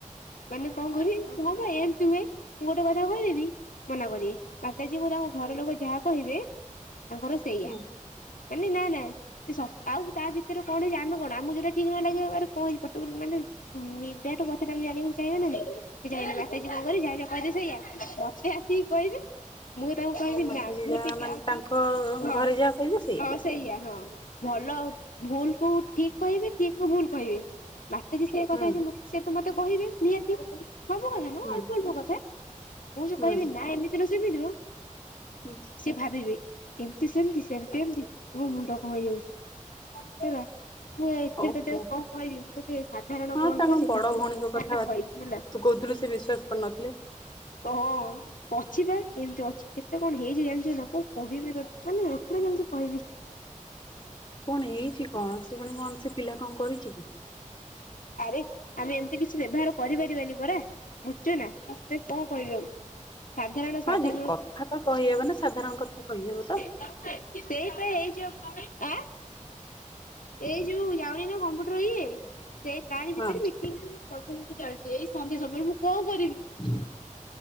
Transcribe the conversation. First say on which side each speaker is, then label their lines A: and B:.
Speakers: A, on the left; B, on the left.
A: ମାନେ କଣ କରିବି ମୁଁ ଏମିତି ହୁଏ ମୁଁ ଗୋଟେ କଥା କହିଦେବି। ମନା କରିବେ। ମାତାଜୀ ଓ ତାଙ୍କ ଘର ଲୋକ ଯାହା କହିବେ ତାଙ୍କର ସେୟା।
B: ହୁଁ
A: ମାନେ ନା ନା! କିସ? ଆଉ ତା ଭିତରୁ କଣ ଜାଣିନୁ କଣ ଆମକୁ ଯୋଉଟା ଠିକ ନ ଲାଗିଛି କଣ ହେଇଛି କଟକରୁ ମାନେ ନିଦାଟୁ ମତେ କାଲି <inaudible> ଜାଣିବାକୁ ଚାହିଁବ ନା ନାଇ ଜାଣିବା ପୁର୍ବରୁ ଯାହା କହିଥିଲି ସେଇୟା ମତେ <inaudible> କହିବେ ମୁଁ ତାଙ୍କୁ କହିବି
B: ହଁ ମାତାଜୀ
A: ନା ମୁଁ
B: ଯାହା
A: ଟିକେ
B: ମାନେ
A: ଆଉ
B: ତାଙ୍କ ଘରେ ଯାହା କହିବେ
A: ହଁ ସେଇଆ ହଁ ଭଲ ଆଉ ଭୁଲ କୁ ଠିକ କହିବେ ଠିକ କୁ ଭୁଲ କହିବେ! ମାତାଜୀ ସେ କଥା
B: ହୁଁ
A: ହେଇଛି ସେ ତ ମତେ କହିବେ ନିହାତି ସବୁ କଥା ନୁହଁ
B: ହୁଁ
A: ଅଳ୍ପ ଅଳ୍ପ କଥା। ମୁଁ ଯୋଉ
B: ହୁଁ
A: କହିବି ନା ଏମିତି ନୁହଁ ସେମିତି ନୁହଁ
B: ହୁଁ
A: ସେ ଭାବିବେ। ଏମିତି ସେମିତି ସେମିତି ଏମିତି ମୋ ମୁଣ୍ଡ କଣ ହେଇଯାଉଛି! ହେଲା। ମୁଁ ଏଥିରେ
B: ଓହୋ
A: <inaudible> କଣ କହିଲି ସେ ସାଧାରଣ
B: ହଁ
A: କଣ
B: ତାଙ୍କ
A: କଲେ
B: ବଡ
A: କେତେବେଳ
B: ଭଉଣୀଙ୍କ
A: ଫାଙ୍କା
B: କଥା
A: ହେଲେ କହିବି ହେଲା।
B: ତୁ କହୁଥିଲୁ ସେ ବିଶ୍ଵାସ କରିନଥିଲେ
A: ହଁ ଅଛି ବା ଏମତି ଅଛି। କେତେ କଣ ହେଇଛି ଜାଣିଛ ନା? କଣ କହିବି ତ ମାନେ ଏଥିରେ କେମିତି କହିବି!
B: କଣ ହେଇଛି କଣ ସେ ପୁଣି କଣ ସେ ପିଲା କଣ କରିଛି କି?
A: ଆରେ ଆମେ ଏମିତି କିଛି ବ୍ୟବହାର କରିପାରିବାନି ପରା। ବୁଝୁଛୁନା? ମୁଁ ତତେ କଣ କହିବ ଆଉ? ସାଧାରଣ ସାଧାରଣ
B: ହଁ ଯେ କଥା ତ କହି ହବ ନା ସାଧାରଣ କଥା କହି ହବ ତ।
A: <inaudible> ଏଇ ଯୋଉ ଯାଉନି ନା କମ୍ପୁଟର ଇଏ ସେ ତାରି ଭିତରେ
B: ହଁ
A: ମିଟିଂ ରେ ମୁଁ <inaudible> ଚାଲିଛି ଏଇ ସନ୍ଧ୍ୟା ସମୟରେ ମୁଁ କଣ କରିବି?
B: ହ